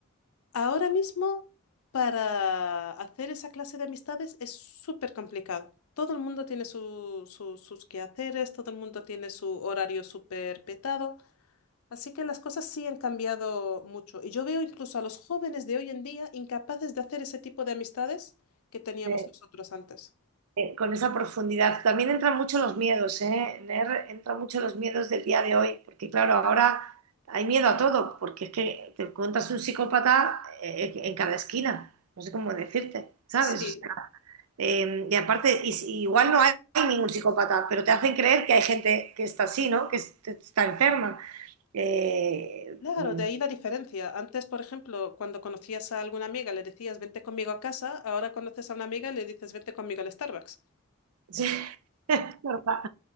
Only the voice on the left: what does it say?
Ahora mismo, para hacer esa clase de amistades es súper complicado. Todo el mundo tiene su- su- sus quehaceres, todo el mundo tiene su horario súper petado. Así que las cosas sí han cambiado mucho. Y yo veo incluso a los jóvenes de hoy en día incapaces de hacer ese tipo de amistades que teníamos
nosotros antes.
Sí,
claro,
de ahí la diferencia. Antes, por ejemplo, cuando conocías a alguna amiga, le decías, vente conmigo a casa. Ahora conoces a una amiga y le dices, vente conmigo al Starbucks.